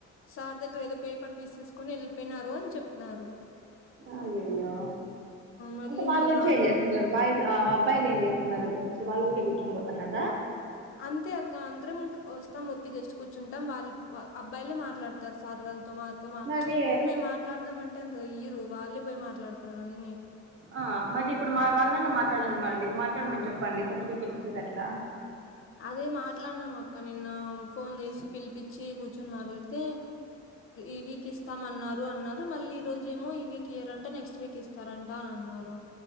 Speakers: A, on the left (about 45°); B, on the right (about 40°).
A: సార్ దగ్గర ఏదో పేపర్ తీసేసుకుొని వెళ్ళిపోయినారు అని చెప్తున్నారు
B: అయ్య అయ్యో
A: మళ్ళీ
B: అంటే వాళ్ళు
A: ఇంకా
B: వచ్చి
A: మాట్లాడ
B: ఏం చేస్తున్నారు బాయ్స్ ఆ అబ్బాయిలు ఏం చేస్తున్నారు అ వాళూటికి కుటుం పోతాన్నాదా
A: అంతే అక్క అందరం వస్తాం ఉరికి జస్ట్ కూర్చుంటాం వాళ్ళు అబ్బాయిలే మాట్లాడతారు సార్ వాళ్ళు మత్త మా తమా
B: మరి
A: అంటే మేము మాట్లాడదామ అంటే అంత ఇరు వాళ్ళే పోయి మాట్లాడతారని
B: ఆ మరి ఇప్పుడు మా వాళ్ళన్న మాట్లాడాను మరిడి మాట్లాడమని చెప్పండి సర్టిఫికెట్ ఇచ్చేది అట్లా
A: అదే మాట్లాడునాం అక్క నిన్న ఫోన్ చేసి పిలిపచ్చి కూర్చుని మాట్లాడితే ఇవి కస్తామ అన్నారు అన్నారు మళ్ళీ ఈ రోజ ఏమో ఈ వీక్ ఇయ్యరంట నెక్స్ట్ వీక్ ఇస్తారంట అని అన్నారు